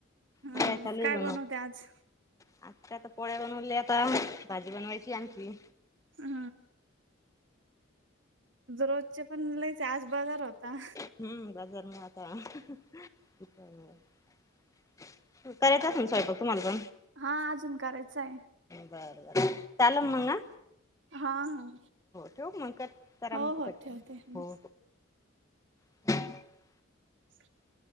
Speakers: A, on the right; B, on the left.
A: हम्म
B: पोळ्या चालू
A: काय
B: आहे बनवू.
A: बनवते आज
B: आत्ता काय आता पोळ्या बनवल्या आता भाजी बनवायची आहे आणखी.
A: हा रोजचे पण लयच आहे, आज बजार होता.
B: हम्म बजार मंग आता <unintelligible> करायचा असल स्वयंपाक तुम्हाला पण?
A: हा अजून करायचं आहे
B: बर बर चालण मंग आ
A: हा हा
B: ठेऊ का मग कट करा
A: हो
B: मग
A: हो
B: तिकट
A: ठेवते हम्म
B: हो <inaudible>
A: <inaudible>